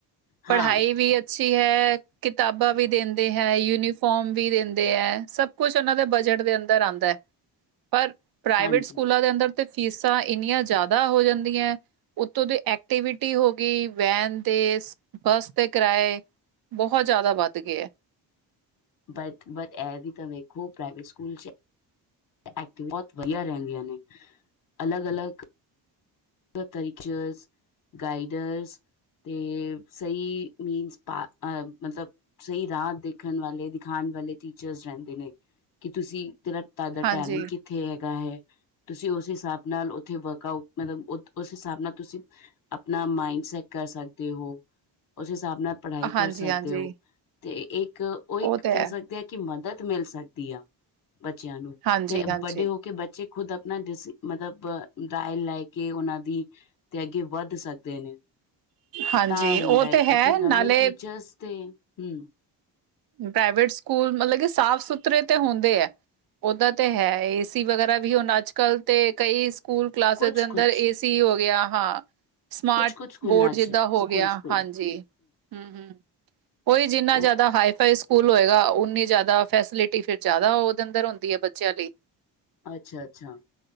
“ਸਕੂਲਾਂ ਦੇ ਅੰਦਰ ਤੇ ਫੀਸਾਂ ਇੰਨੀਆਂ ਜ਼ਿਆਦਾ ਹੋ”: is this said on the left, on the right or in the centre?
Right